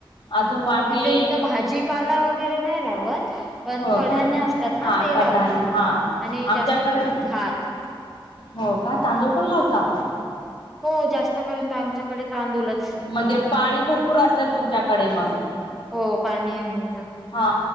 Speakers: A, on the left; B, in the centre.
A: अजून वांगे
B: म्हणजे हिथं भाजीपाला वगैरे नाही लावत पण
A: हो
B: कधान्य
A: का
B: असतात ना
A: हा
B: ते
A: कडधान्य
B: लावतात
A: हा
B: आणि
A: आमच्याकडे
B: जास्त करून
A: पण
B: भात
A: हो का तांदूळ पण लावता
B: हो जास्त करर्यंत आमच्याकडे तांदूलच
A: म्हणजे पाणी भरपूर असेल तुमच्याकडे मग
B: हो पाणी आहे ना.
A: हा